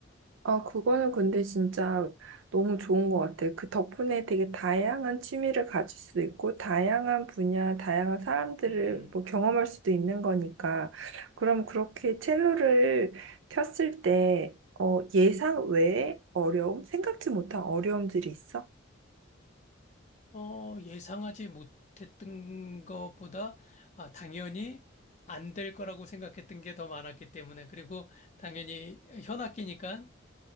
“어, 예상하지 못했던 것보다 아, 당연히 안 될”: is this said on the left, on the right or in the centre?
Left